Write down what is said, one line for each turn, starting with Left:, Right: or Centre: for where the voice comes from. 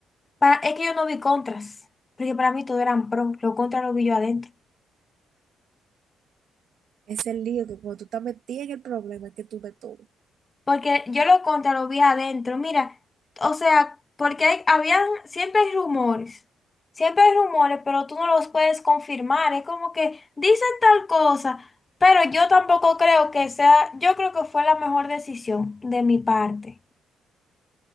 Left: pa- es que yo no vi contras, porque para mí todo eran pro, lo contra lo vi yo adentro.
Right: Es el lío que cuando tú estás metida en el problema es que tú ves todo.
Left: Porque yo lo contra lo vi adentro. Mira, o sea, porque hay- habían, siempre hay rumores. Siempre hay rumores, pero tú no los puedes confirmar. Es como que dicen tal cosa, pero yo tampoco creo que sea, yo creo que fue la mejor decisión de mi parte.